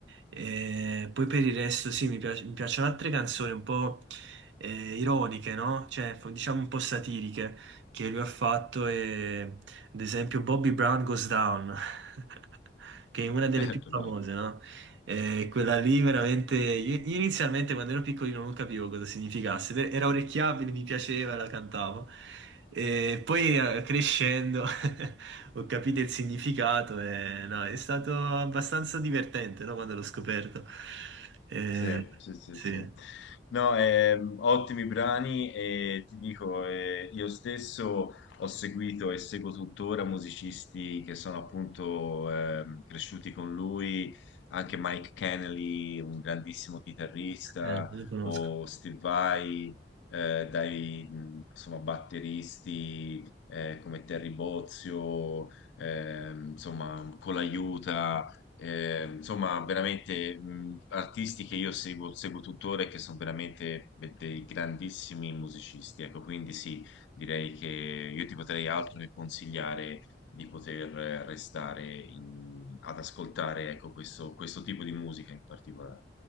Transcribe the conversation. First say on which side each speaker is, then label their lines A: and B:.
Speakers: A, on the right; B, on the left.
A: Eh, poi per il resto sì, mi piace- mi piacciono altre canzoni un po' eh, ironiche, no? Cioè, fo- diciamo un po' satiriche che lui ha fatto. E, ad esempio, Bobby Brown Goes Down, <laughs> che è una delle
B: Certo,
A: più famose,
B: certo.
A: no? Eh, quella lì veramente. Io, io inizialmente quando ero piccolino non capivo cosa significasse, per- era orecchiabile, mi piaceva, la cantavo. E poi eh, crescendo <laughs> ho capito il significato e no, è stato abbastanza divertente, no, quando l'ho scoperto. Eh,
B: Sì, sì, sì,
A: sì,
B: sì. No, ehm, ottimi brani e ti dico, eh, io stesso ho seguito e seguo tuttora musicisti che sono appunto ehm, cresciuti con lui, anche Mike Kennedy, un grandissimo chitarrista,
A: eh, lo conosco.
B: o Steve Vai, eh, dai mh, insomma, batteristi eh, come Terry Bozzio, ehm, insomma, con l'aiuta. Eh, insomma, veramente mh, artisti che io seguo, seguo tuttora e che sono veramente de- dei grandissimi musicisti. Ecco, quindi sì, direi che io ti potrei altro che consigliare di poter eh, restare in- ad ascoltare, ecco, questo questo tipo di musica in particolare.